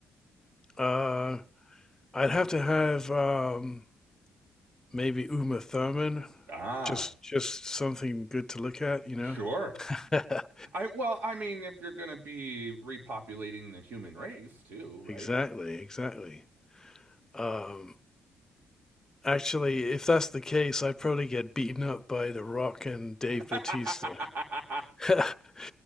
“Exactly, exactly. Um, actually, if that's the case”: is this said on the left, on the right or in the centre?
Left